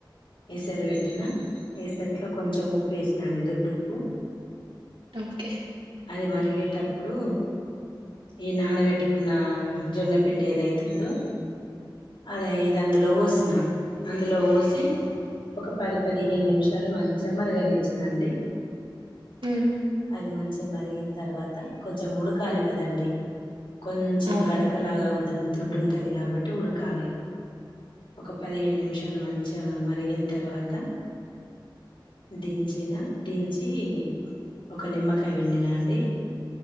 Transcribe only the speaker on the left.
ఏసర పెట్టినా ఏసట్లో కొంచెం ఉప్పు వేసినా అండి దొడ్డు ఉప్పు
అది మరిగేటప్పుడు ఈ నానబెట్టుకున్న జొన్నపిండి ఏదైతుందో అదే ఇది అందులోలవోసిన అందులో పోసి ఒక పది పదిహేను నిమిషాలు మంచి మరగని ఇచ్చినండి
అది మంచి కొెం మరిగిన తర్వాత కొంచెం ఉడకాలి కదండి కొంచెం
గడకలాగా కొద్ద దొడ్డుంటుది కాబట్టి ఉడకాలి ఒక పదిహేను నిమిషాలు మంచి మ అడిగిన తర్వాత దంచనా దంచి ఒక నిమ్మకా ట వెండినా అండి